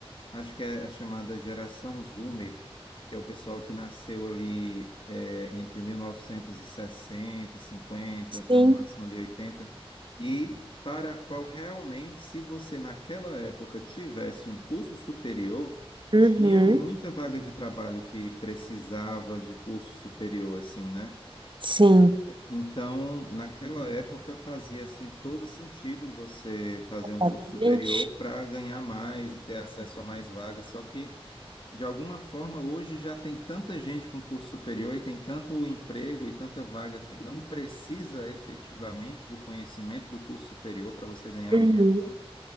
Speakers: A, on the left (about 55°); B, on the right (about 55°).
A: Acho que é a chamada geração Zoomer, que é o pessoal que nasceu ali é, entre 1960, cinquenta
B: sim,
A: até no máximo ali 80, e para a qual realmente, se você naquela época tivesse um curso superior,
B: uhum,
A: tinha muita vaga de trabalho que precisava de curso superior, assim, né?
B: sim,
A: Então, naquela época fazia assim todo sentido você fazer
B: completamente.
A: um curso superior para ganhar mais e ter acesso a mais vagas, só que de alguma forma, hoje já tem tanta gente com curso superior e tem tanto emprego e tanta vaga que não precisa efetivamente do conhecimento do curso superior para você ganhar
B: Uhum,
A: um dinheiro bom,